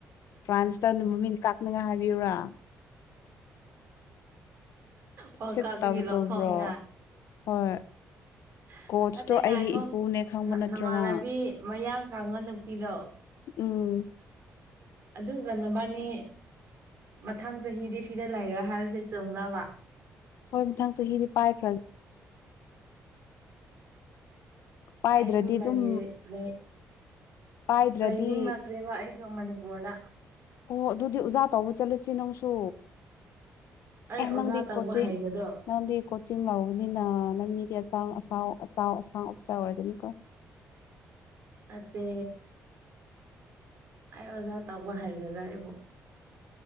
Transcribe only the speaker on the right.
ꯄꯀꯥꯗꯒꯤꯂ
ꯊꯅꯤ
<unintelligible>
ꯐꯠꯇꯦꯡ
ꯉꯥꯏꯈꯣ
ꯅꯃꯥꯟꯅꯕꯤ
ꯃꯌꯥꯡ ꯀꯥꯡꯕ ꯅꯨꯄꯤꯗꯣ
ꯑꯗꯨꯒ ꯅꯕꯥꯅꯤ ꯃꯊꯪ ꯆꯍꯤꯗꯤ ꯁꯤꯗ ꯂꯩꯔ꯭ꯔꯥ ꯍꯥꯏꯔꯁꯦ ꯆꯃ꯭ꯔꯥ ꯑꯃ
ꯑꯩꯁꯨꯂꯩꯑꯦ
ꯂꯩ
ꯂꯩꯅꯤꯡ ꯅꯛꯇ꯭ꯔꯦꯕ ꯑꯩ ꯁꯣꯝ ꯃꯅꯤꯄꯨꯔꯗ
ꯑꯩ
ꯑꯣꯖꯥ
ꯇꯧꯕ
ꯍꯩꯒꯗ꯭ꯔꯣ
ꯅꯠꯇꯦ ꯑꯩ ꯑꯣꯖꯥ ꯇꯧꯕ ꯍꯩꯒꯗ꯭ꯔꯥ ꯑꯩꯕꯨ